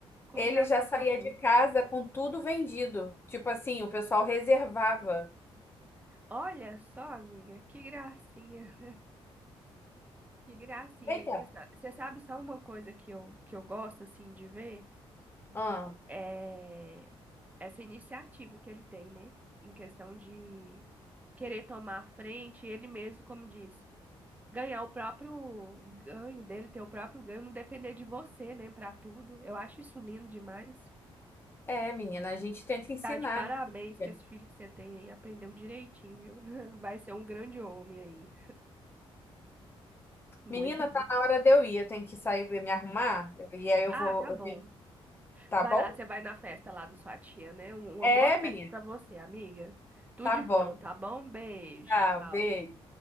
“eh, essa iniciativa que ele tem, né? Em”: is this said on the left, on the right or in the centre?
Right